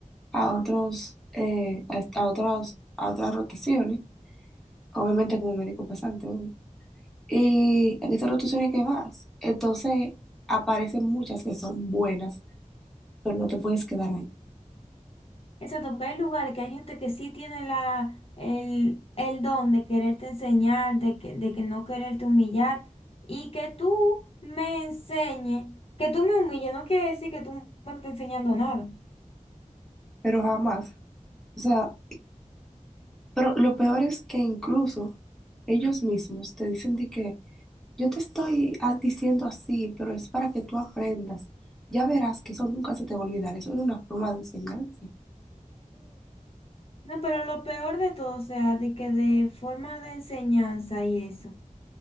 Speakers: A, in the centre; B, on the left.
A: a otros, eh, a, a otros, a otras rotaciones, obviamente como médico pasante, obvio. Y en esas rotaciones que vas, entonces aparecen muchas que son buenas, pero no te puedes quedar ahí.
B: Exacto, porque hay lugares que hay gente que sí tiene la, el, el don de quererte enseñar, de que, de que no quererte humillar, y que tú me enseñes, que tú me humilles, no quiere decir que tú me estés enseñando nada.
A: Pero jamás. O sea, pero lo peor es que incluso ellos mismos te dicen de que yo te estoy ah, diciendo así, pero es para que tú aprendas. Ya verás que eso nunca se te va a olvidar. Eso es una forma de enseñanza.
B: No, pero lo peor de todo, o sea, de que de forma de enseñanza y eso,